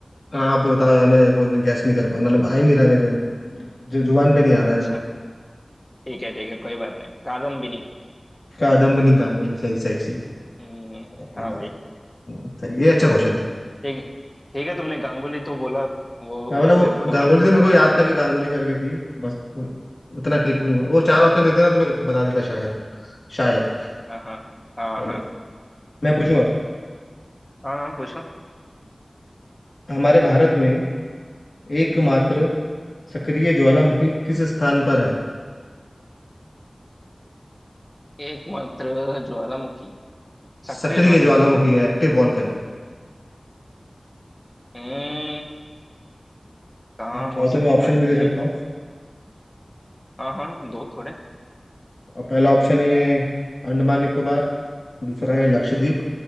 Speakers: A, on the left; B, on the left.
A: हाँ, आप बताओ यार मैं कोई गैस नहीं कर पा मतलब आ ही नहीं रहा मेरे जु- जुबान पे नहीं आ रहा है
B: अच्छा
A: ना
B: ठीक है ठीक है कोई बात नहीं कादम्बिनी
A: कादम्बनी गांगुली सही सही सही
B: हम्म
A: कादम्बनी
B: हाँ
A: गांगुली
B: भाई
A: हम्म, सही ये अच्छा क्वेश्चन था
B: ठीक ठीक है तुमने गांगुली तो बोला वो
A: हाँ मतलब
B: इससे
A: वो
B: थोड़ा
A: गांगुली
B: पता चलता
A: तो मेरे को
B: है
A: याद
B: कि हाँ
A: था कि गांगुली करके थी बस उतना क्लिक नहीं हुआ वो चार ऑप्शन देते ना तो मैं बता देता शायद शायद
B: हाँ हाँ हाँ
A: चलो
B: हाँ
A: मैं पूछूं अब
B: हाँ हाँ पूछो
A: हमारे भारत में एकमात्र सक्रिय ज्वालामुखी किस स्थान पर है
B: एकमात्र ज्वालामुखी सक्रिय
A: सक्रिय
B: ज्वालामुखी
A: ज्वालामुखी एक्टिव वॉल्केनो
B: हम्म कहाँ
A: आप चाहो
B: हो सकता
A: तो मैं ऑप्शन भी दे
B: है
A: सकता हूँ
B: हाँ हाँ दो थोड़े
A: और पहला ऑप्शन है अंडमान निकोबार दूसरा है लक्षद्वीप